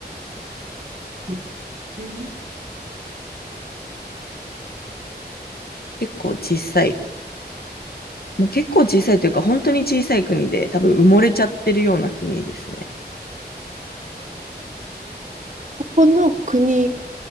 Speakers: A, on the right (about 45°); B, on the left (about 60°).
A: リフテン
B: 結構小さい。もう結構小さいというか、本当に小さい国で、多分埋もれちゃってるような国ですね。
A: ここの国